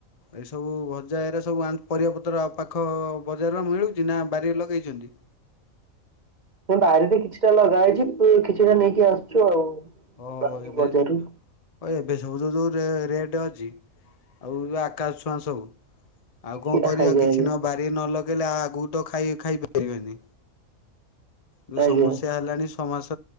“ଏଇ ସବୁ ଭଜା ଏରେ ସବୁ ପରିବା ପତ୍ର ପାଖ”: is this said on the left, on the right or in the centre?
Left